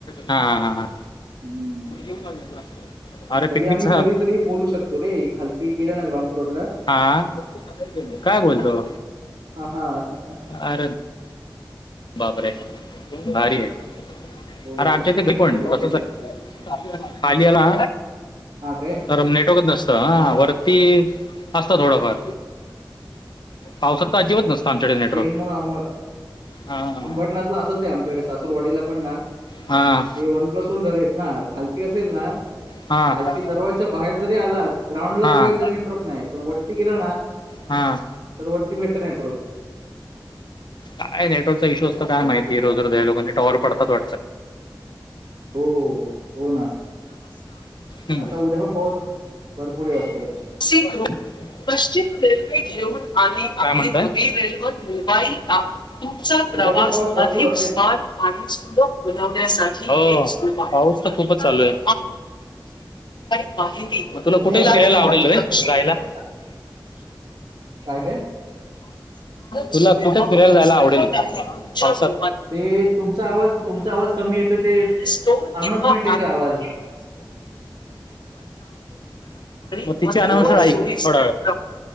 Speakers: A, on the left (about 65°); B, on the right (about 80°).
A: हां हां हां हां
B: हम्म.
A: <inaudible>
B: तरी
A: पिकनिकचा
B: आम्ही घरी तरी बोलू शकतो रे खालती गेल्या ना ग्राउंड फ्लोर ला.
A: हा काय बोलतो
B: हा हा
A: अरे. बापरे भारी आहे.
B: हो
A: अरे आमच्या ते पण
B: अवघड
A: <inaudible> कसच
B: परिस्थिती
A: आहे
B: इकडची.
A: पालयाला.
B: हा काय?
A: अर नेटवकत असत
B: हा
A: वर. ती असता थोडाफार पावसात तर अजिबात नसत आमच्याकडे नेटवर्क.
B: सेम मग आंबो
A: हां
B: अंबरनाथला असंच आहे आमच्याकडे सासूरवाडीला पण ना ते
A: हां
B: वन प्लस वून घर आहेत ना खालती असेल ना
A: हां
B: खालती दरवाज. बाहेर जरी आला ग्राउंडला
A: हां
B: जरी तरी नेटवर्क नाही पण वरती गेला ना
A: हा
B: तर वरती भेटत नेटवर्क.
A: काय नेटवर्कचा इशू असतंय काय माहिती रोज रोज या लोकांची टॉवर पडतात वाटत.
B: हो हो ना
A: हम्म.
B: आता उद्या पण पाऊस. भरपूर हे वाटत.
A: सीख रू <unintelligible> पश्चिम रेल्वे घेऊन आणि काय म्हणता <unintelligible> रेल्वर मोबाईल. <inaudible> तुमचा प्रवास
B: उद्या पण पाऊस भरपूर
A: अधिक
B: असेल
A: स्मार्ट. <unintelligible> हो पाऊस तर खूप च चालू आहे. <unintelligible> मा तुला
B: उद्या
A: कुठे फीरयल
B: उद्या पण
A: आवडल
B: असेल भरपूर
A: जायला?
B: असं बोलतोय काय काय
A: तुला कुठे फिरायला जायला आवडेल? पावसात?
B: ते तुमचा आवाज तुमचा आवाज कमी येतोय ते
A: म
B: अनाउन्समेंट येतोय आवाज
A: तिच्या - अनाउंस
B: थोडं
A: ऐक थोडा वेळ.